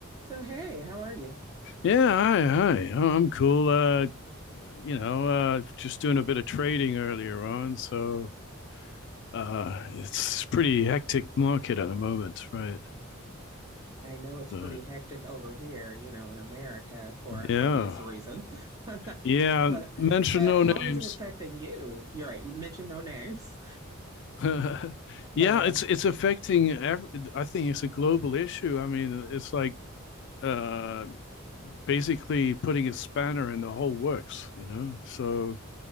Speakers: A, on the right; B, on the left.
A: So, hey, how are you?
B: Yeah, hi, hi. Oh, I'm cool. Uh, you know, uh, just doing a bit of trading earlier on, so uh, it's pretty hectic market at the moment, right?
A: I know it's
B: So,
A: pretty hectic over here, you know, in America for
B: yeah,
A: obvious reason. <laughs>
B: yeah.
A: But
B: Mention
A: but
B: no
A: how
B: names.
A: is it affecting you? You're right, mention no names.
B: <laughs>
A: <laughs> But
B: Yeah,
A: uh
B: it's it's affecting every, I think it's a global issue. I mean, it's like uh basically putting a spanner in the whole works, you know? So